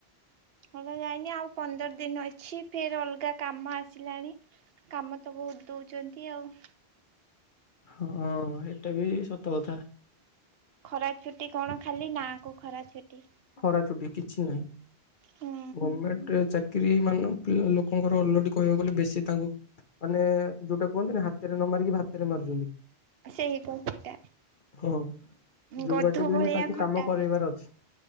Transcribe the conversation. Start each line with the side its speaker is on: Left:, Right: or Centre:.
Right: ହେଲା ଯାଇନି ଆଉ ପନ୍ଦର ଦିନ ଅଛି ଫେର ଅଲଗା କାମ ଆସିଲାଣି କାମ ତ ବହୁତ ଦଉଚନ୍ତି ଆଉ।
Left: ହଁ ଏଇଟା ବି ସତ କଥା।
Right: ଖରା ଛୁଟି କଣ? ଖାଲି ନାଁକୁ ଖରା ଛୁଟି।
Left: ଖରା ଛୁଟି କିଛି ନାହିଁ।
Right: ହୁଁ
Left: ଗର୍ମେଟ୍ ଚା କ୍ରି ମାନ ପ୍ରିୟ ଲୋକଙ୍କର ଅଲରେଡି କହିବାକୁ ଗଲେ ବେଶୀ ତାଙ୍କୁ ମାନେ ଯୋଉଟା କୁହନ୍ତି ନି ହାତରେ ନ ମାରିକି ଭାତରେ ମାରୁଚନ୍ତି।
Right: ସେଇ କ <unintelligible> ଟା
Left: ହଁ ଯୋଉ
Right: ଗଧ
Left: ବାଟକି ହେଲେ
Right: ଭଳିଆ
Left: ତାଙ୍କୁ
Right: ଖଟା।
Left: କାମ କରେଇବାର
Right: ଉଚି
Left: ଅଛି।